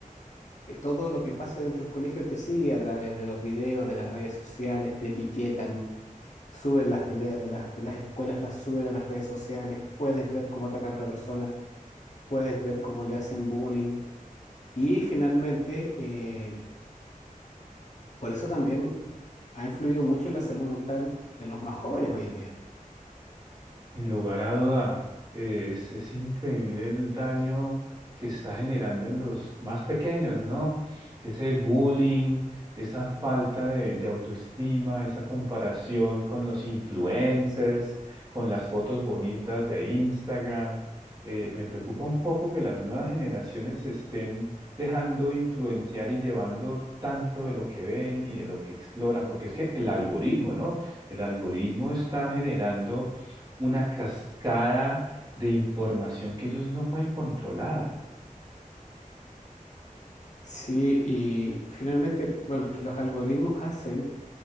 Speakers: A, on the left (about 55°); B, on the right (about 30°).
A: eh, todo lo que pase dentro del colegio te sigue a través de los videos, de las redes sociales, te etiquetan, suben las peleas de las, de las escuelas, las suben a las redes sociales, puedes ver cómo atacar a una persona, puedes ver cómo le hacen bullying. Y finalmente, eh, por eso también ha influido mucho en la salud mental de los más jóvenes hoy en día.
B: Sin lugar a duda, eh, es, es increíble el daño que está generando en los más pequeños, ¿no? Ese bullying, esa falta de, de autoestima, esa comparación con los influencers, con las fotos bonitas de Instagram. Eh, me preocupa un poco que las nuevas generaciones se estén dejando influenciar y llevando tanto de lo que ven y de lo que exploran, porque es que el algoritmo, ¿no? El algoritmo está generando una cascada de información que ellos no pueden controlar.
A: Sí, y finalmente, bueno, es que los algoritmos hacen